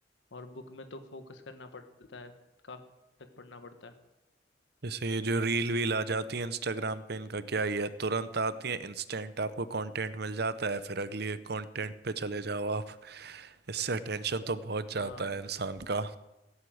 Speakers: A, on the left; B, on the right.
A: और बुक में तो फोकस करना पड़ता है काफी तक पढ़ना पड़ता है
B: जैसे ये जो रील वील आ जाती है इंस्टाग्राम पे इनका क्या ही है तुरंत आती है इंस्टेंट आपको कंटेंट मिल जाता है फिर अगली कंटेंट पे चले जाओ आप इससे अटेंशन तो बहुत जाता
A: हाँ
B: है इंसान का